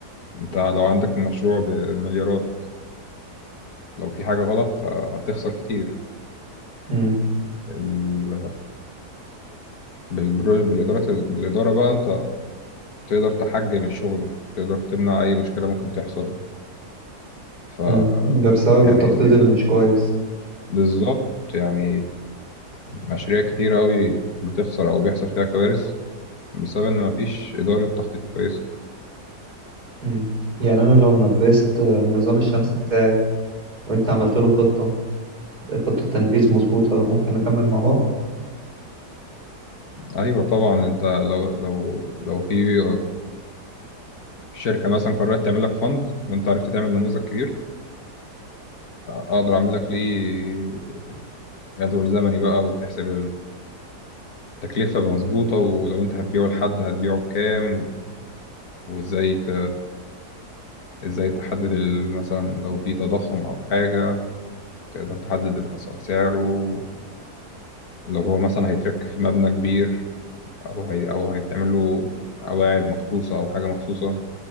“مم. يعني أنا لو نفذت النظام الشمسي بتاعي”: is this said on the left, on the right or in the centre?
Right